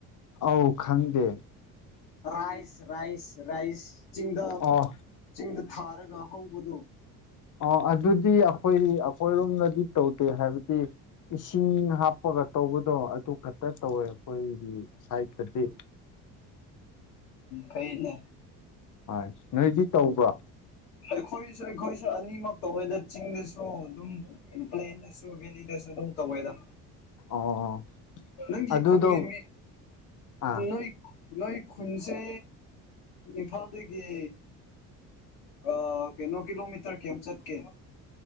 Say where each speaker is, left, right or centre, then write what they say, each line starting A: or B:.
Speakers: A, on the left; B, on the left.
A: ꯑꯧ ꯈꯪꯗꯦ
B: ꯔꯥꯢꯁ ꯔꯥꯢꯁ ꯔꯥꯢꯁ ꯆꯤꯡꯗ
A: ꯑꯣ
B: ꯆꯤꯡꯗ ꯊꯥꯔꯒ ꯍꯧꯕꯗꯣ
A: ꯑ ꯑꯗꯨꯗꯤ ꯑꯈꯣꯢ ꯑꯈꯣꯢꯔꯣꯝꯅꯗꯤ ꯇꯧꯗꯦ ꯍꯥꯢꯕꯗꯤ ꯏꯁꯤꯡ ꯍꯥꯞꯄꯒ ꯇꯧꯕꯗꯣ ꯑꯗꯨ ꯈꯛꯇ ꯇꯧꯋꯦ ꯑꯩꯈꯣꯢꯒꯤ ꯁ꯭ꯋꯥꯢꯇꯗꯤ
B: ꯀꯩꯅꯣ
A: ꯍꯣꯢ ꯅꯣꯢꯗꯤ ꯇꯧꯕ꯭ꯔꯣ
B: ꯑꯩꯈꯣꯢꯁꯨ ꯑꯩꯈꯣꯢꯁꯨ ꯑꯅꯤꯃꯛ ꯇꯧꯋꯦꯗ ꯆꯤꯡꯗꯁꯨ ꯑꯗꯨꯝ ꯄ꯭ꯂꯦꯟꯗꯁꯨ ꯚꯦꯂꯤꯗꯁꯨ ꯑꯗꯨꯝ ꯇꯧꯋꯦꯗ
A: ꯑꯣ
B: ꯅꯪꯒꯤ
A: ꯑꯗꯨꯗꯣ
B: ꯈꯨꯟꯒꯤ ꯃꯤ
A: ꯑꯥ
B: ꯅꯣꯢ ꯅꯣꯢ ꯈꯨꯟꯁꯦ ꯏꯝꯐꯥꯜꯗꯒꯤ ꯑ ꯀꯩꯅꯣ ꯀꯤꯂꯣꯃꯤꯇꯔ ꯀꯤꯌꯥꯝ ꯆꯠꯀꯦ